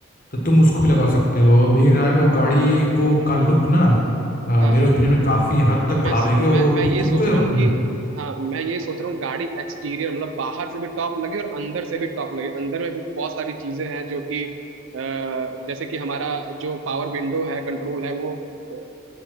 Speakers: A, on the left; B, on the right.
A: तो तुम उसको
B: हाँ
A: भी लगा सकते हो और मेरी राय में वो गाड़ी को का लुक ना अ,
B: हाँ
A: मेरे
B: हाँ।
A: ओपिनियन में काफी हद तक
B: मैं
A: बढ़ा देगी और
B: मैं
A: वो
B: मैं ये
A: तुमको
B: सोच
A: हम्म,
B: रहा हूँ कि हाँ मैं ये सोच रहा हूँ गाड़ी एक्सटीरियर मतलब बाहर से भी टॉप लगे और अंदर से भी टॉप लगे अंदर में भी बहुत सारी चीजें हैं जो कि अ, जैसे कि हमारा जो पावर विंडो है कंट्रोल है वो अ,